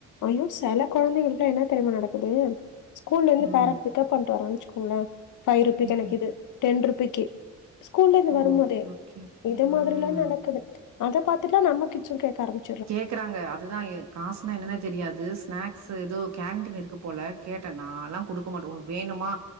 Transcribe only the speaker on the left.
ஐயோ செல கொழந்தைங்களுக்குல்லா என்ன தெரியுமா நடக்குது ஸ்கூல்ல இருந்து
பேரண்ட் பிக்கப் பண்றாங்கண் வச்சுக்கோங்களே ஃபை ருபிக்
எனக்கு இது டென் ருபிக்கு ஸ்கூல்ல இருந்து வரும்
போதே
இது மாதிரில்லா
நடக்குது அத பாத்துட்டுதா நம்ம கிச்சு கேக்க ஆரம்